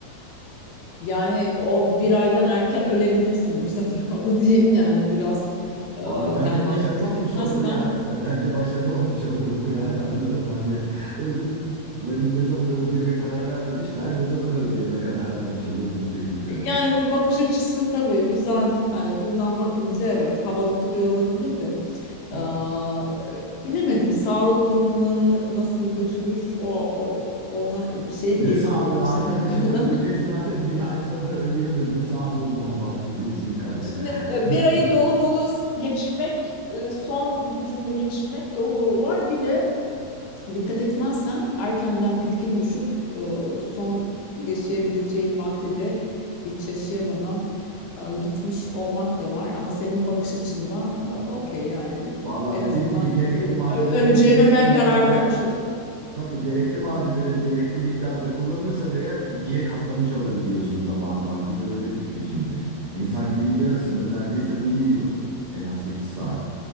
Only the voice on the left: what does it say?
Yani o bir aydan erken ölebilirsin bu sefer <laughs> onu diyeyim yani biraz e,
kendine
dikkat
etmezsen
Yani bu bakış açısı tabii güzel. Yani buradan bakınca evet havalı duruyor olabilir de. Aa,
bilemedim sağlık durumları nasıl götürür o, o ona bir şey
diyemiyorum
bu senaryoda.
<laughs>
Şimdi e,
bir ayı dolu dolu geçirmek, e, son gücünü geçirmek dolu dolu var. Bir de Dikkat etmezsen erkenden bitkin düşüp e, son yaşayabileceğin vakti de hiç yaşayamadan e, gitmiş olmak da var. Ama senin bakış açından e, okey yani
en
azından
öl-
öl- öleceğime
ben
karar vermiş olurum.
Hmm.